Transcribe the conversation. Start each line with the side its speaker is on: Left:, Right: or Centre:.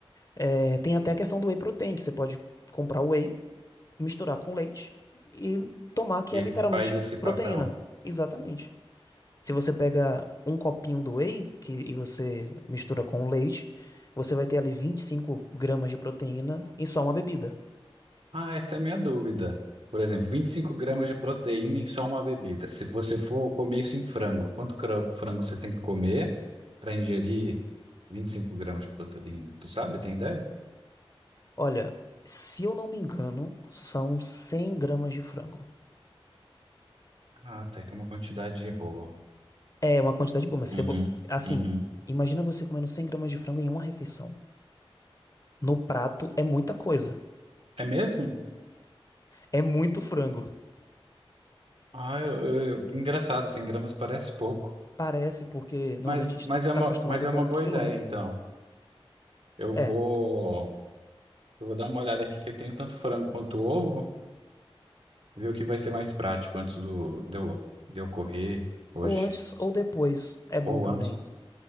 Left: É, tem até a questão do whey protein, que você pode comprar whey, misturar com leite e tomar, que
Right: E
Left: é
Right: ele
Left: literalmente
Right: faz esse papel.
Left: proteína. Exatamente. Se você pega um copinho do whey que, e você mistura com o leite, você vai ter ali 25 gramas de proteína em só uma bebida.
Right: Ah, essa é a minha dúvida. Por exemplo, 25 gramas de proteína em só uma bebida. Se você for comer isso em frango, quanto cra- frango você tem que comer para ingerir 25 gramas de proteína? Tu sabe? Tem ideia?
Left: Olha, se eu não me engano, são 100 gramas de frango.
Right: Ah, até que é uma quantidade boa.
Left: É uma quantidade boa, mas
Right: Uhum,
Left: você, bo- assim,
Right: uhum.
Left: imagina você comendo 100 gramas de frango em uma refeição. No prato é muita coisa.
Right: É mesmo?
Left: É muito frango.
Right: Ah, eu, eu- engraçado, 100 gramas parece pouco,
Left: Parece, porque normalmente
Right: mas, mas,
Left: a gente
Right: é
Left: tá
Right: uma,
Left: acostumado
Right: mas é
Left: com
Right: uma
Left: um
Right: boa
Left: quilo,
Right: ideia,
Left: né?
Right: então. Eu
Left: É.
Right: vou, eu vou dar uma olhada aqui que eu tenho tanto frango quanto ovo, ver o que vai ser mais prático antes do, de eu, de eu correr hoje.
Left: Ou antes ou depois. É bom
Right: Ou
Left: também.
Right: antes.